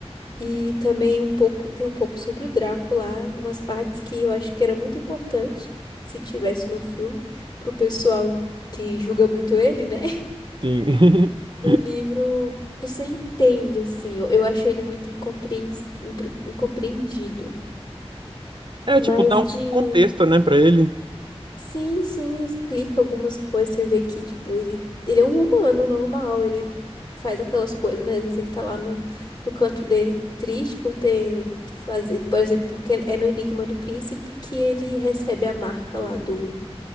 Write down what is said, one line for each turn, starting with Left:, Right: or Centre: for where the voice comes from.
Left: E também um pouco, tem um pouco sobre o Draco lá, umas partes que eu acho que era muito importante, se tivesse no filme, pro pessoal que julga muito ele, né? <laughs>
Right: Sim. <laughs>
Left: No livro, você entende, assim, eu, eu acho ele muito incompreens- impre- incompreendido.
Right: É,
Left: Mas
Right: tipo, dá um
Left: de
Right: contexto, né, pra ele.
Left: Sim, sim, explica algumas coisas. Você vê que, tipo, ele, ele é um humano normal, ele faz aquelas coisas, mas às vezes ele tá lá no, no canto dele triste por ter que fazer. Por exemplo, porque é no Enigma do Príncipe que ele recebe a marca lá do